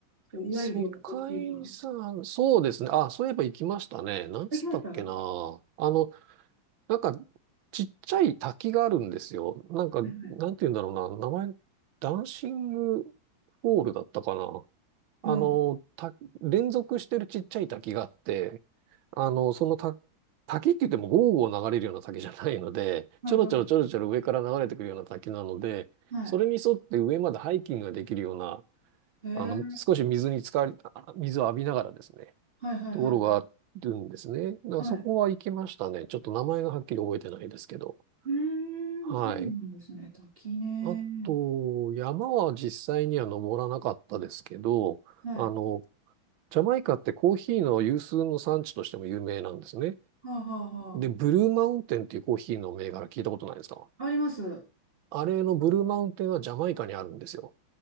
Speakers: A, on the right; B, on the right.
A: そういわゆる旅行っていうか。
B: 世界遺産、
A: あ
B: そうですね。あ、そういえば行きましたね。なんつったっけな。
A: 行きましたは
B: あの、なんか、ちっちゃい滝があるんですよ。なんか、
A: いはい。
B: なんて言うんだろうな。名前、ダンシングフォールだったかな。
A: うん。
B: あの、た、連続してるちっちゃい滝があって、あの、そのた、滝って言ってもゴーゴー流れるような滝じゃないので、<laughs>
A: はいはい。
B: ちょろちょろちょろちょろ上から流れてくるような滝なので、
A: はい。
B: それに沿って上までハイキングができるような、
A: へえ。
B: あの、少し水に浸かり、あ水を浴びながらですね、
A: はいはいはいはい。
B: ところがあるんですね。だからそこは行きましたね。
A: はい。
B: ちょっと名前がはっきり覚えてないですけど。
A: うー
B: はい。
A: ん、そうなんですね。滝ね。
B: あと、山は実際には登らなかったですけど、
A: はい。
B: あの、ジャマイカってコーヒーの有数の産地としても有名なんですね。
A: はあはあは
B: で、ブルーマウンテンっていうコーヒーの銘柄聞いたことないですか
A: あ。あります。
B: あれのブルーマウンテンはジャマイカにあるんですよ。